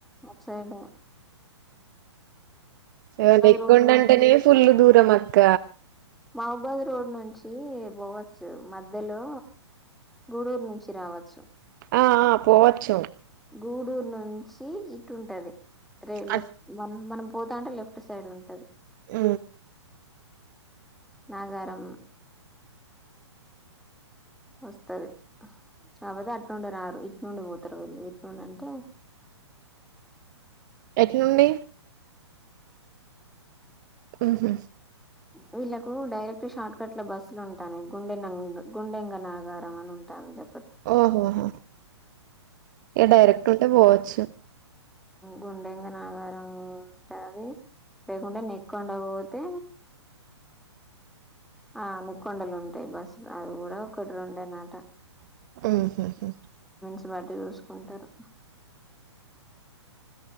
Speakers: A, in the centre; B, on the right.
A: అట్సైడ్
B: ఉ నక్కంంటనే
A: రోడ్ నుండి
B: ఫుల్ దూరం మ క్క
A: మాహోబాద్ రోడ్ నుంచి పోవచ్చు మధ్యలో గూడూరు నుంచి రావచ్చు
B: ఆ పోవచ్చు
A: గూడూర్ నుంచి ఇటుంటది రేలే
B: అట్
A: మన మన పోతాంటే లెఫ్ట్ సైడ్ ఉంటది
B: ఊ
A: నాగారము వస్తది కాపోతే అట్ నుండే రారు ఇట్ నుండి పోతారు వెళ్ళు ఇట్ నుండి అంటే
B: ఎట్ నుండి ఆహ
A: వీళ్ళలకు డైరెక్ట్ షార్ట్ కట్ లో బస్సులు ఉంటానుయి గుండె గుండెంగ నాగారం అని ఉంటాందు
B: ఆఓహోహ ఇ డైరెక్ట్ ఒకటే పోవచ్చు
A: గుండెంగా నాగారం ఉంటుది లేకుండా నెక్ండ పోతే ఆ అను కొండలు ఉంటాయి బస్సులు అవి కూడా ఒకటి ర ఉండేనట
B: ఆహ
A: చ్చబట చూసుకుంటారు